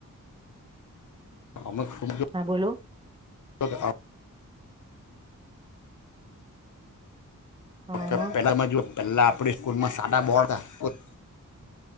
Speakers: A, on the left (about 70°); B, on the right (about 15°).
A: <unintelligible>
B: હા બોલો હા
A: ઓકે
B: હા
A: પહેલાંમાં જુઓ પહેલાં આપણી સ્કૂલમાં સાદા બોડ હતા